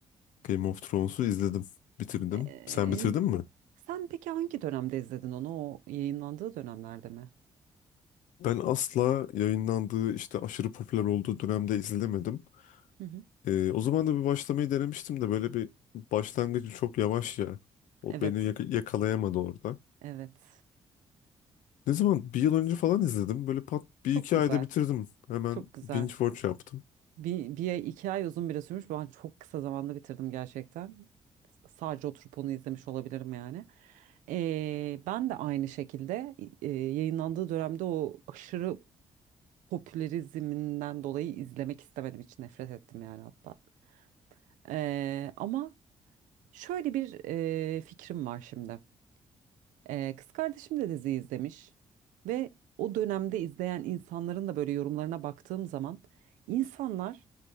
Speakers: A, on the left (about 75°); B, on the right (about 75°).
A: Game of Thrones'u izledim. Bitirdim.
B: Ee,
A: Sen bitirdin mi?
B: sen peki hangi dönemde izledin onu? O yayınlandığı dönemlerde mi?
A: Ben asla yayınlandığı işte aşırı popüler olduğu dönemde izlemedim.
B: Hı hı.
A: Ee, o zaman da bir başlamayı denemiştim de böyle bir başlangıcı çok yavaş ya. O
B: Evet,
A: beni yak- yakalayamadı orada.
B: evet.
A: Ne zaman? Bir yıl önce falan izledim. Böyle pat bir
B: Çok
A: iki
B: güzel,
A: ayda bitirdim. Hemen
B: çok güzel.
A: binge watch yaptım.
B: Bir, bir ay, iki ay uzun bile sürmüş. Ben çok kısa zamanda bitirdim gerçekten. S- Sadece oturup onu izlemiş olabilirim yani. Ee, ben de aynı şekilde e, yayınlandığı dönemde o aşırı popülerizminden dolayı izlemek istemedim. Hiç nefret ettim yani hatta. Ee, ama şöyle bir e, fikrim var şimdi. Ee, kız kardeşim de dizi izlemiş. Ve o dönemde izleyen insanların da böyle yorumlarına baktığım zaman insanlar